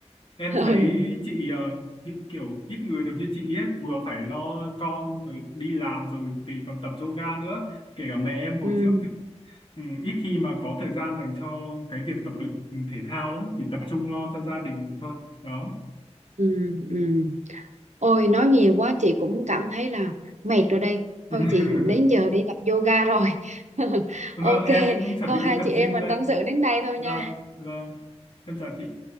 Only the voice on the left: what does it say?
em
thấy chị ờ, hiện kiểu ít người được như chị ấy, vừa phải lo con rồi đi làm rồi vì còn tập yoga nữa, kể cả mẹ em hồi
trước chứ. Ừ, ít khi mà có thời gian dành cho cái việc tập luyện thể thao lắm, chỉ tập trung lo cho gia đình thôi. Đó.
<laughs>
Vâng,
em cũng chuẩn
bị đi
tập
gym
đây.
Vâng,
vâng. Em chào chị.